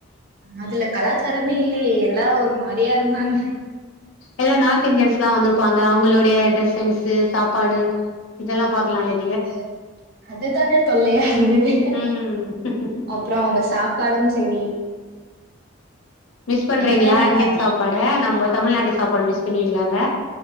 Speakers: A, on the right; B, on the left.
A: அதுல கலாச்சாரமே இல்லயே எல்லாரு ஒரு மாறியா இருந்தாங்க
B: எல்லா நார்த் இந்தியன்ஸ் லா வந்திருப்பாங்க அவங்களுடைய ட்ரெஸ்சிங்சு சென்ஸ்ு சாப்பாடு இதெல்லா பாக்கலா இல்லே
A: அ அதுதா தொல்லையா இருந்தது இங்க
B: ம்
A: அப்ரோ அவங்க சாப்பாடு சரி
B: மிஸ் பண்றீங்களா
A: எதுவுமே நல்லா
B: இந்தியன்
A: இல்ல
B: சாப்பாட நம்ம தமிழ்நாட்டு சாப்பாட மிஸ் பண்றீங்களாங்க